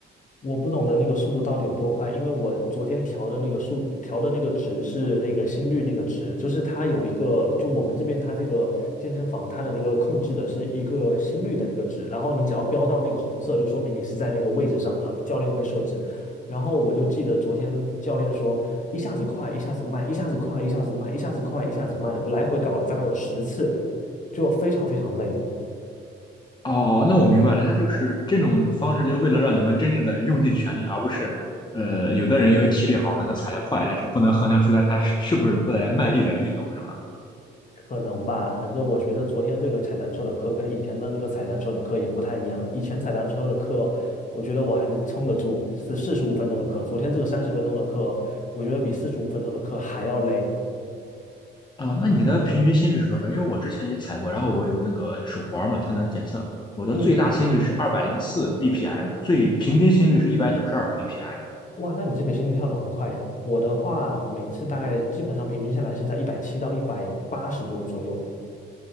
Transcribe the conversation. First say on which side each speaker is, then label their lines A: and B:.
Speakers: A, on the left; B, on the left.
A: 我不懂得那个速度到底有多快，因为我昨天调的那个速调的那个值是那个心率那个值，就是它有一个，就我们这边它这个健身房它的那个控制的是一个心率的那个值，然后你只要飙到那个红色，就说明你是在那个位置上的，教练会设置。然后我就记得昨天教练说，一下子快，一下子慢，一下子快，一下子慢，一下子快，一下子慢，来回搞了大概有十次，就非常非常累。
B: 哦，那我明白了，他就是这种方式，就为了让你们真正的用尽全力，而不是，呃，有的人因为体力好，可能踩得快，但是不能衡量出来他是是不是在卖力的运动，是吧？
A: 可能吧，反正我觉得昨天这个踩单车的课跟以前的那个踩单车的课也不太一样。以前踩单车的课，我觉得我还能撑得住，是四十五分钟的课。昨天这个三十分钟的课，我觉得比四十五分钟的课还要累。
B: 啊，那你的平均心率是多少？因为我之前也踩过，然后我有那个手环儿嘛，它能检测我的最大心率是二百零四
A: 嗯，
B: BPM，最平均心率是一百九十二 BPM。
A: 哇，那你这个心率跳得很快呀。我的话，每次大概基本上平均下来是在一百七到一百八十多左右。